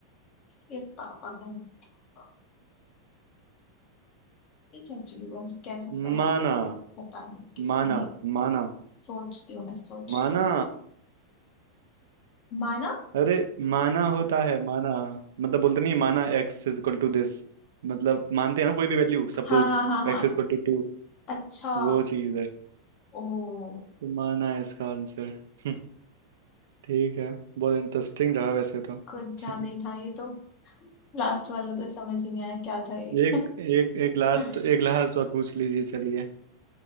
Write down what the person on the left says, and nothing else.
सिर्फ पापा का नाम क्या होगा ये क्या जीवन कैसा
सवाल
है ये पता नहीं किसने
ये-
सोचती हूँ मैं सोचती
हूँ माना
हाँ हाँ हाँ हाँ
अच्छा
ओ
कुछ
ज्यादा ही था ये तो लास्ट वाला तो समझ ही नहीं आया क्या था ये
<laughs>